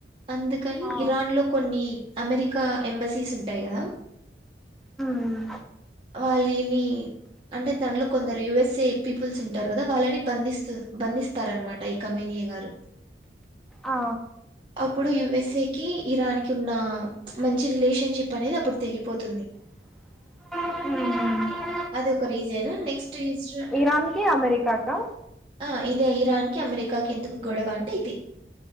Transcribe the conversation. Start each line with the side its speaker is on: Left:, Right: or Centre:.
Right: అందుకని
Centre: ఆ
Right: ఇరాన్లో కొన్ని అమెరికా ఎంబసీస్ ఉంటాయి కదా
Centre: మ్
Right: వాళ్ళి ని అంటే, దాంట్లో కొందరు యూఎస్ఏ పీపుల్స్ ఉంటారు గదా. వాళ్లని బంధిస్త బంధిస్తారన్నమాట ఇక. ఖమేనీయే గారు.
Centre: ఆ
Right: ఇప్పుడు యుఎస్ఏ కి, ఇరాన్ కి ఉన్న మంచి రిలేషన్‌షిప్ అనేది అప్పుడు తెగిపోతుంది.
Centre: హ్మ్మ్
Right: అది ఒక రీజన్. Next issue.
Centre: ఇరాన్కి అమెరికాకా
Right: ఆ, ఇదే ఇరాన్ కి అమెరికాకి ఎందుకు గొడవ అంటే ఇది.